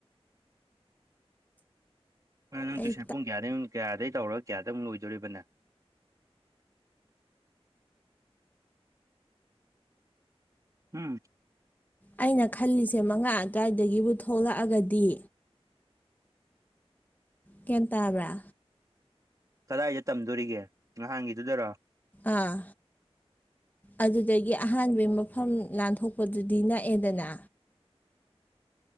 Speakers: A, on the right; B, on the left.
A: ꯅꯪ
B: ꯑꯩ
A: ꯇꯨꯏꯁꯟ ꯄꯨꯡ ꯀꯌꯥꯗꯒꯤꯩꯃꯤꯠ ꯀꯌꯥꯗꯩ ꯇꯧꯔꯒ ꯀꯌꯥꯗ ꯑꯃꯨꯛ ꯂꯣꯏꯗꯣꯔꯤꯕ ꯅꯪ ꯎꯝ
B: ꯑꯩꯅ ꯈꯜꯂꯤꯁꯦ ꯃꯉꯥ ꯑꯗꯨꯋꯥꯏꯗꯒꯤꯕꯨ ꯊꯣꯛꯂꯛꯑꯒꯗꯤ ꯒ꯭ꯌꯥꯟ ꯇꯥꯕ꯭ꯔꯥ?
A: ꯀꯗꯥꯏꯗ ꯇꯝꯗꯣꯔꯤꯒꯦ ꯉꯍꯥꯟꯒꯤꯗꯨꯗꯔꯣ?
B: ꯑꯥ ꯑꯗꯨꯗꯒꯤ ꯑꯍꯥꯟꯕꯩ ꯃꯐꯝ ꯂꯥꯟꯊꯣꯛꯄꯗꯨꯗꯤ ꯅꯛꯑꯦꯗꯅ꯫